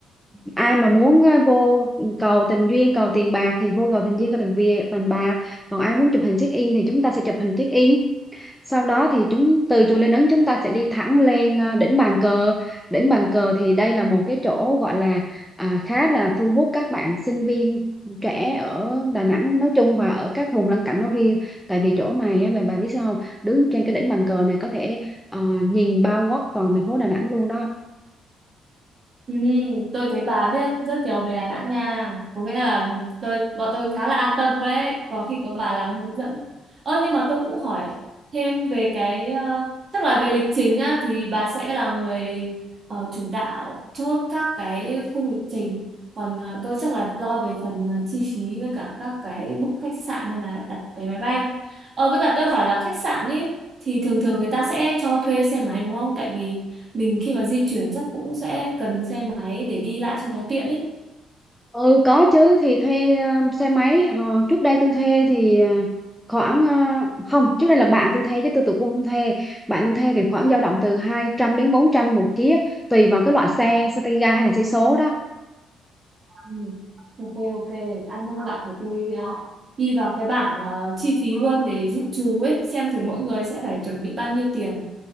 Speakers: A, in the centre; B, on the right.
A: ai mà muốn ờ, vô cầu tình duyên cầu tiền bạc thì vô cầu tình duyên cầu tình việc tiền bạc còn ai muốn chụp hình check in thì chúng ta sẽ chụp hình check in sau đó thì chúng từ chùa Linh Ứng chúng ta sẽ đi thẳng lên ờ, đỉnh Bàn Cờ đỉnh Bàn Cờ thì đây là một cái chỗ gọi là à, khá là thu hút các bạn sinh viên trẻ ở Đà Nẵng nói chung và ở các vùng lân cận nói riêng tại vì chỗ này á, bà, bà biết sao không? đứng trên cái đỉnh Bàn Cờ này có thể ờ, nhìn bao quát toàn thành phố Đà Nẵng luôn đó
B: Ừ, tôi thấy bà biết rất nhiều về Đà Nẵng nha. Có nghĩa là tôi bọn tôi khá là an tâm đấy, có khi có bà làm hướng dẫn. Ơ nhưng mà tôi cũng hỏi thêm về cái ờ, chắc là về lịch trình á thì bà sẽ là người ờ, chủ đạo chốt các cái khung lịch trình. Còn ờ, tôi chắc là lo về phần ờ, chi phí với cả các cái book khách sạn như là đặt vé máy bay. Ờ với cả tôi hỏi là khách sạn ấy thì thường thường người ta sẽ cho thuê xe máy đúng không? Tại vì mình khi mà di chuyển chắc cũng sẽ cần xe máy để đi lại cho nó tiện ý
A: Ừ có chứ thì thuê ờ, xe máy Hồi trước đây tôi thuê thì ờ, khoảng ờ, không trước đây là bạn tôi thuê chứ tôi tôi cũng không thuê bạn tôi thuê thì khoảng dao động từ 200 đến 400 một chiếc tùy vào cái loại xe xe tay ga hay là xe số đó
B: ừ. ok ok ăn nốt lại thì tôi ờ, ghi vào cái bảng ờ, chi phí luôn để dự trù ấy xem thử mỗi người sẽ phải chuẩn bị bao nhiêu tiền